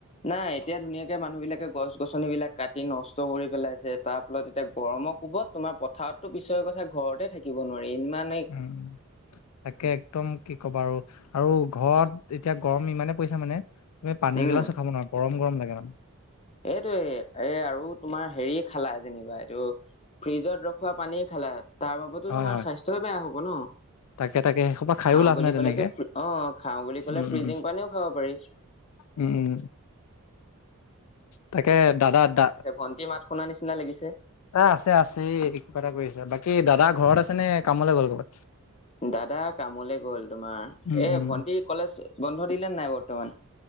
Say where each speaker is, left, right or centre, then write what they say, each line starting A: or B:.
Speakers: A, on the left; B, on the left.
A: নাই। এতিয়া ধুনীয়াকে মানুহ বিলাকে গছ গছনি বিলাক কাটি নষ্ট কৰি পেলাইছে। তাৰ ফলত এতিয়া গৰমৰ কোবত তোমাৰ পথাৰততো পিছৰে কথা ঘৰতে থাকিব নোৱাৰি। ইমান
B: উম', উম, তাকে একদম কি ক'বা আৰু আৰু ঘৰত এতিয়া গৰম ইমানে পৰিছে মানে এই পানী
A: উম
B: গিলাছো খাব নোৱাৰা। গৰম গৰম লাগে মানে
A: এইটোয়ে এ আৰু তোমাৰ হেৰিয়ে খালা যেনিবা এইটো ফ্ৰিজত ৰখোৱা পানী খালা তাৰ বাবে টো
B: হয়
A: তোমাৰ
B: হয়
A: স্বাস্থ্য বেয়া হ'ব ন?
B: তাকে তাকে সেইসোপা খায়ো
A: খাওঁ
B: লাভ
A: বুলি
B: নাই তেনেকে
A: ক'লেতো অ, খাওঁ বুলি ক'লে
B: উম
A: ফ্ৰিজিং
B: উম
A: পানীও খাব পাৰি।
B: উম', উম, তাকে দাদা-দা
A: ভণ্টিৰ মাত শুনাৰ নিচিনা লাগিছে।
B: এ', আছে। আছে। এই কিবা এটা কৰি আছে। বাকী দাদা ঘৰত আছে নে? কামলৈ গ'ল কৰ'বাত
A: দাদা কামলে গ'ল তোমাৰ
B: উম
A: এ
B: উম
A: ভন্টি কলেজ বন্ধ দিলে নাই। বৰ্তমান